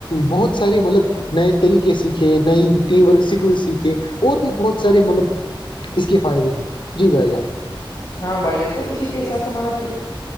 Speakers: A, on the left; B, on the left.
A: بہت سارے مطلب نئے طریقے سیکھے نئی ٹیم ورک سکلز سیکھے اور بھی بہت سارے مطلب اس کے فائدے ہیں جی بھائی جان
B: ہاں بجن تو اسی کے حس سا مطلب کہ